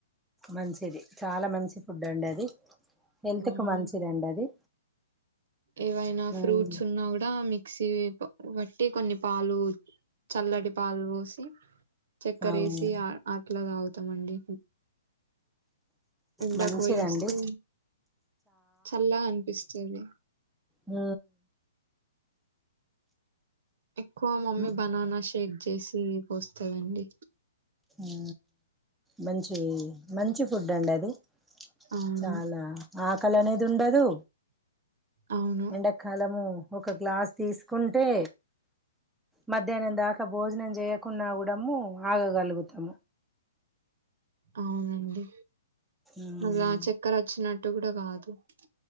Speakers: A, in the centre; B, on the right (about 55°).
A: మంచిది చాల మంచి ఫుడ్ అండి అది హెల్త్
B: మ్మ్.
A: కు మంచిదండి అది
B: ఏవైనా
A: మ్మ్
B: ఫ్రూట్స్ ఉన్నా కూడా మిక్స్ టీ బ బట్టి కొన్ని పాలు చల్లటి పాలు పోసి చక్కెర
A: అవును
B: వేసి అ అట్లా తాగుతంది తమండి ఎండా
A: మంచిదండి
B: కోయి వస్తే చల్లగా అనిపిస్తుంది
A: ఆ
B: ఎక్కువ మమ్మీ
A: మ్మ్
B: బనాన శేక్ చేసి పోస్తావండి
A: అ మంచిది మంచి ఫుడ్ అండి అది
B: అవును
A: చాలా ఆ అలనే ఉండదు
B: అవును
A: ఎండకాలము ఒక గ్లాస్ తీసుకుంటే మధ్యాహ్నం దాకా భోజనం చేయకున్నా అర్దము ఆగ గలిగితె తమ
B: అవునండి
A: ఉమ్
B: ఇగా చక్కర వచ్చినట్టు కూడా కాదు టిట్